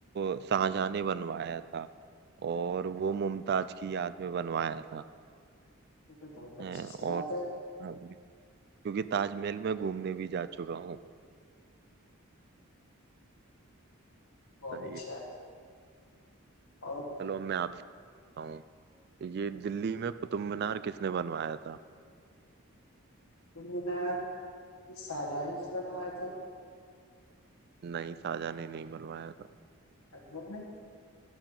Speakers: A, on the right; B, on the left.
A: अ, शाहजहां ने बनवाया था और वो मुमताज की याद में बनवाया था
B: ये तो बहुत अच्छी
A: हैं,
B: सी
A: और
B: बात है
A: हाँ, क्योंकि ताजमहल में घूमने भी जा चुका हूँ
B: बहुत
A: सही
B: अच्छा
A: है
B: है और कुतुब
A: चलो अब मैं आपसे पूछता हूँ ये दिल्ली में कुतुब मीनार किसने बनवाया था
B: मीनार ये शाहजहां ने बनवाया था
A: नहीं शाहजहां ने नहीं बनवाया था
B: अकबर ने